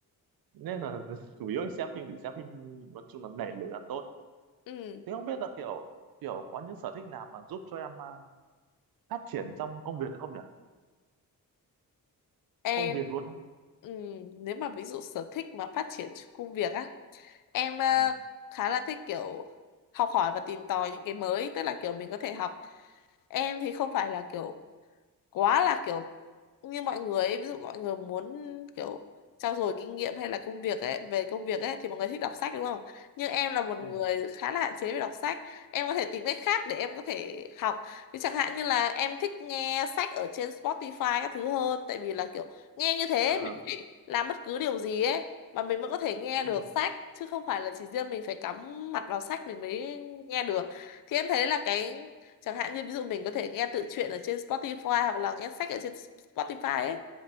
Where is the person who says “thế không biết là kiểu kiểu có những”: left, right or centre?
Right